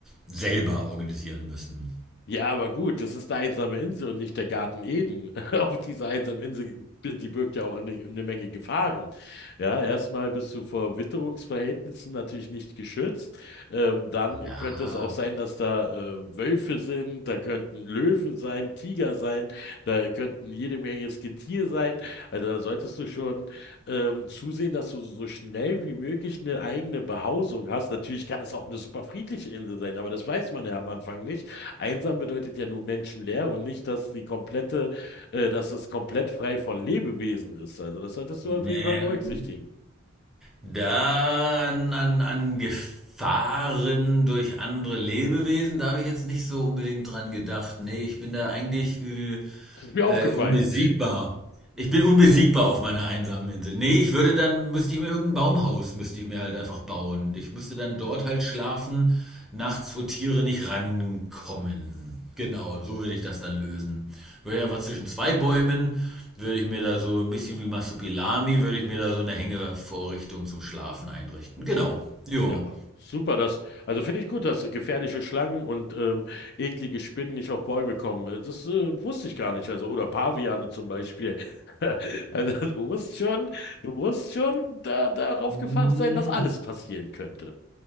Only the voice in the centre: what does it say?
selber organisieren müssen.
Ja,
ne,
Dann an, an Gefahren durch andere Lebewesen, da habe ich jetzt nicht so unbedingt dran gedacht. Nee, ich bin da eigentlich äh,
äh,
unbesiegbar. Ich bin unbesiegbar auf meiner einsamen Insel. Nee, ich würde dann, müsste ich mir irgendein Baumhaus, müsste ich mir halt einfach bauen. Ich müsste dann dort halt schlafen, nachts, wo Tiere nicht rankommen. Genau, so würde ich das dann lösen. Würde ich einfach zwischen zwei Bäumen, würde ich mir da so ein bisschen wie Masopilami, würde ich mir da so eine Hängevorrichtung zum Schlafen einrichten. Genau, ja.
<laughs>